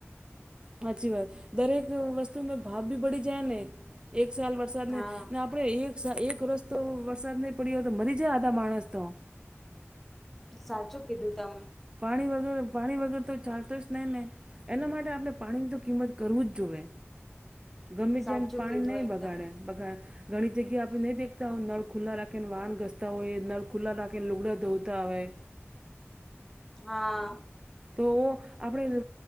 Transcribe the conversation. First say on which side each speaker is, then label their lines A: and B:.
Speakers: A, on the right (about 20°); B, in the centre.
A: સાચી વાત, દરેક વસ્તુમાં ભાવ બી બળી જાય ને, એક સાલ વરસાદને
B: હા
A: આપ આપડે એક એક રસ તો વરસાદ નહી પડી્યોય તો મરી જાય આધા માણસ તો.
B: સાચું કીધું તમે.
A: પાણી વગેર પાણી વગેર તો ચાલતો જ ન નહી. એના માટે આપણે પાણીની તો કિંમત કરવું જ જોઈએ. ગમે
B: સાચું
A: જેમ પાણી
B: કીધું
A: નહી
B: એકદમ
A: બગાડે બગાડ ઘણી જગ્યાએ આપણે નહીં દેખતા હોય નળ ખુલ્લા રાખીને વાહણ ઘસતા હોય નળ ખુલ્લા રાખીને લુગડા ધોતા હોય.
B: હા.
A: તો આપણે